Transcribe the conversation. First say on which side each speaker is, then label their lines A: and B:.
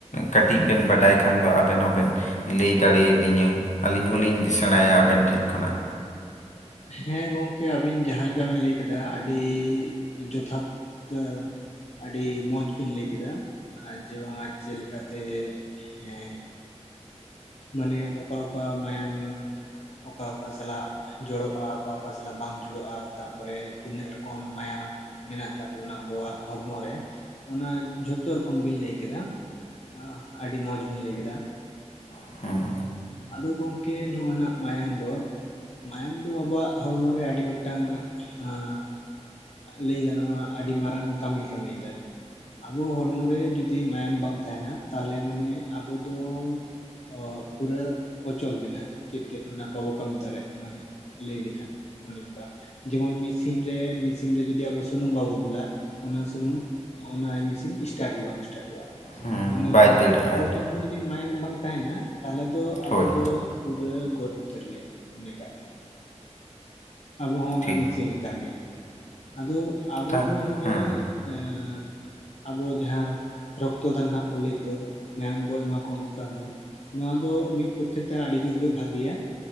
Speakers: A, on the left; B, on the left.
A: ᱠᱟᱹᱴᱤᱡ ᱵᱮᱱ ᱵᱟᱰᱟᱭ ᱠᱷᱟᱱ ᱫᱚ ᱟᱵᱮᱱ ᱦᱚᱸᱵᱮᱱ ᱞᱟᱹᱭ ᱫᱟᱲᱮ ᱟᱫᱤᱧᱟ ᱟᱹᱞᱤᱧ ᱦᱚᱞᱤᱧ ᱥᱮᱬᱟᱭᱟ ᱟᱵᱮᱱ ᱴᱷᱮᱡ ᱠᱷᱚᱱᱟᱜ᱾
B: ᱦᱮᱸ ᱜᱚᱝᱠᱮ ᱟᱹᱵᱤᱱ ᱡᱟᱦᱟᱸ ᱞᱮᱠᱟ ᱵᱤᱱ ᱞᱟᱹᱭ ᱠᱮᱫᱟ ᱟᱹᱰᱤ ᱡᱚᱛᱷᱟᱛ ᱛᱚ ᱟᱹᱰᱤ ᱢᱚᱡᱽ ᱵᱤᱱ ᱞᱟᱹᱭ ᱠᱮᱫᱟ᱾ ᱟ ᱡᱮ ᱵᱟᱝᱟ ᱪᱮᱫ ᱞᱮᱠᱟᱛᱮ ᱦᱮᱸ᱾ ᱢᱟᱱᱮ ᱚᱠᱟ ᱚᱠᱟ ᱢᱟᱭᱟᱝ ᱚᱠᱟ ᱚᱠᱟ ᱥᱟᱞᱟᱜ ᱡᱚᱲᱚᱜ-ᱟ ᱚᱠᱟ ᱚᱠᱟ ᱥᱟᱞᱟᱜ ᱵᱟᱝ ᱡᱩᱲᱟᱹᱜ-ᱟ ᱛᱟᱯᱚᱨᱮ ᱛᱤᱱᱟᱹᱜ ᱨᱚᱠᱚᱢ ᱢᱟᱭᱟᱝ ᱢᱮᱱᱟᱜ ᱟᱠᱟᱫ ᱛᱟᱵᱚᱱᱟ ᱟᱵᱚᱣᱟᱜ ᱦᱚᱲᱢᱚ ᱨᱮ ᱚᱱᱟ ᱡᱷᱚᱛᱚ ᱨᱚᱠᱚᱢ ᱵᱤᱱ ᱞᱟᱹᱭ ᱠᱮᱫᱟ᱾ ᱟᱦ ᱟᱹᱰᱤ ᱢᱚᱸᱡᱽ ᱵᱤᱱ ᱞᱟᱹᱭ ᱠᱮᱫᱟ᱾
A: <inaudible>
B: ᱟᱫᱚ ᱜᱚᱝᱠᱮ ᱱᱚᱜ-ᱚᱭ ᱱᱟᱜ ᱢᱟᱭᱟᱢ ᱫᱚ ᱢᱟᱭᱟᱝ ᱫᱚ ᱟᱵᱚᱣᱟᱜ ᱦᱚᱲᱢᱚ ᱨᱮ ᱟᱹᱰᱤ ᱢᱤᱫ ᱴᱟᱝ ᱦᱟᱸ ᱞᱟᱹᱭ ᱜᱟᱱᱚᱜ-ᱟ ᱟᱹᱰᱤ ᱢᱟᱨᱟᱝ ᱠᱟᱹᱢᱤ ᱠᱟᱹᱢᱤᱭ ᱫᱟᱭ᱾ ᱟᱵᱚ ᱦᱚᱲᱢᱚ ᱨᱮ ᱡᱩᱫᱤ ᱢᱟᱭᱟᱝ ᱵᱟᱝ ᱛᱟᱦᱮᱱᱟ ᱛᱟᱦᱞᱮ ᱢᱟᱱᱮ ᱟᱵᱚ ᱫᱚ ᱚ ᱯᱩᱨᱟᱹ ᱚᱪᱚᱞ ᱜᱮ ᱱᱟᱦᱟᱜ ᱪᱮᱫ ᱛᱮᱫ ᱦᱚᱸ ᱱᱥᱜ ᱵᱟᱵᱚ ᱠᱟᱹᱢᱤ ᱫᱟᱲᱮ ᱭᱟᱜ ᱠᱟᱱᱟ ᱱᱟᱦᱜ᱾ ᱞᱟᱹᱭ ᱞᱮᱠᱷᱟᱱ ᱚᱱᱮ ᱚᱱᱠᱟ ᱡᱮᱢᱚᱱ ᱢᱮᱥᱤᱱ ᱨᱮ ᱢᱮᱥᱤᱱ ᱨᱮ ᱡᱚᱫᱤ ᱟᱵᱚ ᱥᱩᱱᱩᱢ ᱵᱟᱵᱚ ᱫᱩᱞᱟ ᱚᱱᱟ ᱥᱩᱱᱩᱢ ᱚᱱᱟ ᱢᱮᱥᱤᱱ ᱮᱥᱴᱟᱴ ᱜᱮ ᱵᱟᱝ ᱮᱥᱴᱟᱴᱚᱜ-ᱟ᱾
A: ᱦᱮᱸ,
B: ᱚᱱᱮ
A: ᱵᱟᱭ
B: ᱚᱱᱠᱟ
A: ᱫᱟᱹᱲᱟᱜᱼᱟᱭ
B: ᱟᱵᱚ ᱴᱷᱮᱱ ᱦᱚᱸ ᱡᱩᱫᱤ ᱢᱟᱭᱟᱝ ᱵᱟᱝ ᱛᱟᱦᱮᱱᱟ ᱛᱟᱦᱞᱮ ᱫᱚ ᱟᱵᱚ
A: ᱦᱳᱭ
B: ᱫᱚ ᱯᱩᱨᱟᱹ ᱜᱚᱡ ᱩᱛᱟᱹᱨ ᱜᱮ ᱢᱚᱱᱮ ᱠᱟᱜ ᱠᱷᱮᱱ᱾ ᱟᱵᱚᱸ ᱦᱚᱸ ᱚᱱᱟ
A: ᱴᱷᱤᱠ
B: ᱢᱮᱥᱤᱱ ᱞᱮᱠᱟ ᱜᱮ᱾ ᱟᱫᱚ ᱟᱵᱚ
A: ᱛᱟ
B: ᱫᱚ ᱱᱚᱜ-ᱚᱭ
A: ᱦᱮᱸ,
B: ᱮᱸ ᱟᱵᱚ ᱡᱟᱦᱟᱸ ᱨᱚᱠᱛᱚ ᱫᱟᱱ ᱱᱟᱦᱟᱜ ᱵᱚᱱ ᱞᱟᱹᱭ ᱫᱚ ᱢᱟᱭᱟᱢ ᱵᱚ ᱮᱢᱟ ᱠᱚ ᱦᱚᱭᱩᱜ ᱠᱟᱱ ᱫᱚ ᱱᱚᱣᱟ ᱫᱚ ᱢᱤᱫ ᱯᱚᱠ ᱠᱷᱮᱛᱮ ᱟᱹᱰᱤ ᱡᱳᱨ ᱜᱮ ᱵᱷᱟᱜᱮᱭᱟ᱾